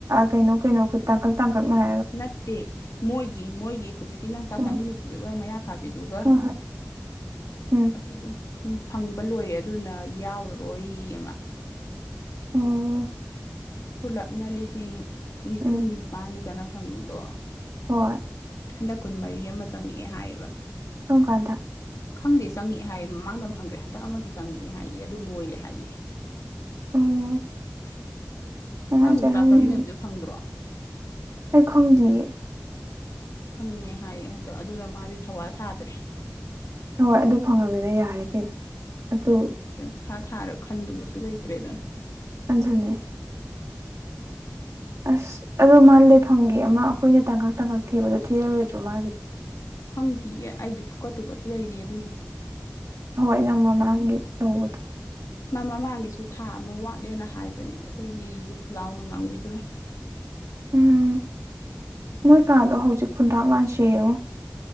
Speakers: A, on the right; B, on the left.
A: ꯀꯩꯅꯣ ꯀꯩꯅꯣ ꯇꯥꯡꯀꯛ ꯇꯥꯡꯀꯛꯅꯥꯏ
B: ꯅꯠꯇꯦ ꯃꯣꯏꯒꯤ ꯃꯣꯏꯒꯤ ꯍꯨꯖꯤꯛꯀꯤ ꯅꯪ ꯆꯥꯛ
A: ꯑꯣ
B: ꯆꯥꯃꯤꯟꯅꯕꯤꯗꯨꯒ ꯃꯌꯥ ꯐꯥꯕꯤꯗꯨꯒ
A: ꯍꯣꯏ ꯍꯣꯏ ꯎꯝ
B: ꯑꯗꯨꯗꯣ ꯄꯨꯡ ꯐꯪꯕ ꯂꯣꯏꯔꯦ ꯑꯗꯨꯅ ꯌꯥꯎꯔꯔꯣꯏ ꯌꯦ ꯃꯥ
A: ꯑꯧ
B: ꯄꯨꯂꯞꯅ ꯂꯤꯁꯤꯡ ꯅꯤꯐꯨꯟ
A: ꯎꯝ
B: ꯅꯤꯄꯥꯜꯅꯤꯗꯅ ꯐꯪꯉꯤꯗꯣ
A: ꯍꯣꯏ
B: ꯍꯟꯗꯛ ꯀꯨꯟ ꯃꯔꯤ ꯑꯃ ꯆꯪꯉꯛꯑꯦ ꯍꯥꯏꯌꯦꯕ
A: ꯀꯔꯀꯥꯟꯗ
B: ꯈꯪꯗꯦ ꯆꯪꯉꯑꯦ ꯍꯥꯏꯌꯦ ꯃꯃꯥꯡꯗ ꯑꯝ ꯐꯪꯒꯔꯦ ꯍꯟꯗꯛ ꯑꯃꯁꯨ ꯆꯪꯉꯛꯑꯦ ꯍꯥꯏꯌꯦ ꯑꯗꯨ ꯂꯣꯏꯔꯦ ꯍꯥꯏꯌꯦ
A: ꯑꯣ ꯅꯨꯡꯉꯥꯏꯖꯔꯝꯅꯦ
B: ꯅꯪ ꯆꯥꯛ ꯆꯥꯃꯤꯟꯅꯕꯤꯗꯣ ꯐꯪꯗ꯭ꯔꯣ
A: ꯑꯩ ꯈꯪꯗꯤꯌꯦ
B: ꯐꯪꯉꯦ ꯍꯥꯏꯌꯦ ꯍꯟꯇꯛ ꯑꯗꯨꯅ ꯃꯥꯗꯤ ꯊꯧꯋꯥ ꯁꯥꯗ꯭ꯔꯦ
A: ꯍꯣꯏ ꯑꯗꯨ ꯐꯪꯉꯝꯃꯤꯅ ꯌꯥꯔꯦ ꯀꯩꯅꯣ ꯑꯗꯨ
B: ꯄꯩꯈꯥ ꯊꯥꯔꯒ ꯈꯟꯗꯨꯕꯁꯨ ꯂꯩꯇ꯭ꯔꯦꯗꯅ
A: ꯎꯅꯦ ꯑꯁ ꯑꯗꯣ ꯃꯥ ꯂꯩꯐꯝꯒꯤ ꯑꯃ ꯑꯈꯣꯏꯅ ꯇꯥꯡꯀꯛ ꯇꯥꯡꯀꯛ ꯊꯤꯕꯗꯣ ꯊꯤꯔꯔꯣꯏꯗ꯭ꯔꯣ ꯃꯥꯒꯤ
B: ꯈꯪꯊꯤꯌꯦ ꯑꯩꯗꯤ ꯐꯨꯀꯠꯇꯨꯕꯁꯨ ꯂꯩꯔꯤ ꯑꯗꯨꯒꯤ
A: ꯍꯣꯏ ꯅꯪ ꯃꯃꯥꯡꯒꯤ ꯇꯧꯕꯗꯣ
B: ꯃꯃꯥꯡꯒꯤꯁꯨ ꯊꯥ ꯑꯃ ꯋꯥꯠꯂꯦꯅ ꯍꯥꯏꯕꯅꯦ ꯑꯩꯈꯣꯏꯒꯤ ꯂꯥꯎꯅ ꯉꯥꯡꯕꯤꯗꯨꯅ
A: ꯎꯝ ꯃꯣꯏ ꯀꯥꯗꯣ ꯍꯧꯖꯤꯛ ꯈꯨꯟꯇꯥꯛ ꯂꯥꯟꯁꯤꯔꯦꯉꯣ